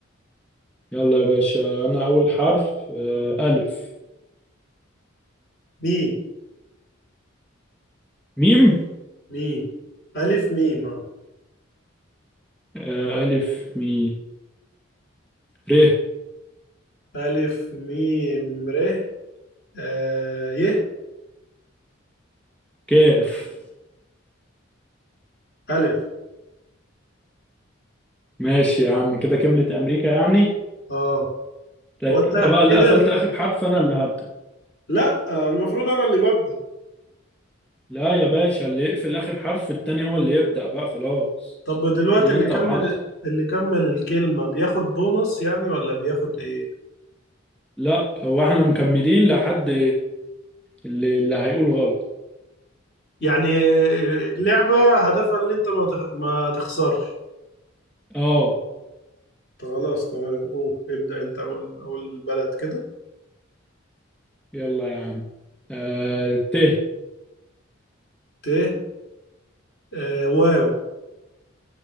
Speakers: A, in the centre; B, on the left.
A: يلا يا باشا انا اول حرف آه، الف
B: ميم
A: ميم
B: ميم الف ميم اه
A: آه، الف ميم ر
B: الف ميم ر آه ي
A: كاف
B: الف
A: ماشي يا عم كده كملت امريكا يعني
B: اه
A: طيب
B: هو انت
A: انت بقى اللي
B: كده
A: قفلت اخر حرف انا اللي هبدأ
B: لا آه، المفروض انا اللي ببدأ
A: لا يا باشا اللي يقفل اخر حرف التاني هو اللي يبدأ بقى خلاص
B: طب دلوقتي
A: هي
B: اللي
A: انت
B: كمل
A: وحظك
B: اللي كمل الكلمة بياخد بونص يعني ولا بياخد ايه؟
A: لا هو احنا مكملين لحد اللي, اللي هيقول غلط
B: يعني اللعبة هدفها ان انت ما تخ- ما تخسرش
A: اه
B: طب خلاص تمام قول ابدأ انت اقول اقول بلد كده
A: يلا يا عم آه ت
B: ت آه واو